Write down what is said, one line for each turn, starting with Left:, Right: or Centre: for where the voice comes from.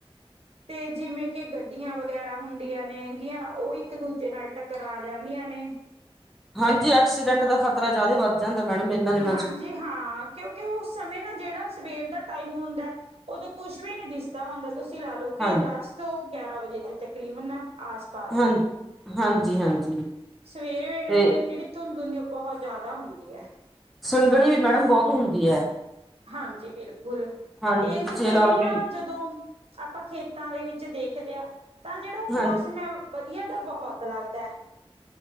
Right: ਤੇ ਜਿਵੇਂ ਕਿ ਗੱਡੀਆਂ ਵਗੈਰਾ ਹੁੰਦੀਆਂ ਨੇ ਹੈਗੀਆਂ ਉਹ ਇੱਕ ਦੂਜੇ ਨਾਲ ਟੱਕਰ ਆ ਜਾਂਦੀਆਂ ਨੇ।
Centre: ਹਾਂਜੀ ਐਕਸੀਡੈਂਟ ਦਾ ਖ਼ਤਰਾ ਜ਼ਿਆਦਾ ਵੱਧ ਜਾਂਦਾ। ਮੈਡਮ ਇਹਨਾਂ ਦਿਨਾਂ
Right: ਹਾਂਜੀ
Centre: ਚ
Right: ਹਾਂ ਕਿਉਂਕਿ ਉਸ ਸਮੇਂ ਨਾ ਜਿਹੜਾ ਸਵੇਰ ਦਾ ਟਾਈਮ ਹੁੰਦਾ ਉਦੋਂ ਕੁਛ ਵੀ ਨੀ ਦਿਸਦਾ ਹੁੰਦਾ ਤੁਸੀਂ ਲਾ ਲਓ ਕਿ
Centre: ਹਾਂਜੀ
Right: ਦੱਸ ਗਿਆਰਾਂ ਵਜੇ ਤੇ ਤਕਰੀਬਨ। ਆਸ-ਪਾਸ,
Centre: ਹਾਂ ਹਾਂਜੀ ਹਾਂਜੀ
Right: ਸਵੇਰੇ ਵੇਲੇ
Centre: ਤੇ
Right: ਜਿਹੜੀ ਧੁੰਦ ਧੁੰਦ ਹੁੰਦੀ ਆ ਬਹੁਤ ਜਿਆਦਾ ਹੁੰਦੀ ਏ।
Centre: ਸੁਣਗਣੀ ਵੀ ਮੈਡਮ ਬਹੁਤ ਹੁੰਦੀ ਹੈ।
Right: ਹਾਂਜੀ ਬਿਲਕੁਲ।
Centre: ਹਾਂਜੀ
Right: ਇਸ
Centre: ਤੁਸੀਂ
Right: ਸਮੇਂ
Centre: ਇਹ ਲਾ ਲਓ
Right: ਨਾ
Centre: ਵੀ
Right: ਜਦੋਂ, ਆਪਾਂ ਖੇਤਾਂ ਦੇ ਵਿੱਚ ਦੇਖਦੇ ਹਾਂ, ਤਾਂ ਜਿਹੜਾ ਉਹ
Centre: ਹਾਂ
Right: ਮੌਸਮ ਹੈ ਵਧੀਆ ਤਾਂ ਬਹੁਤ ਲੱਗਦਾ।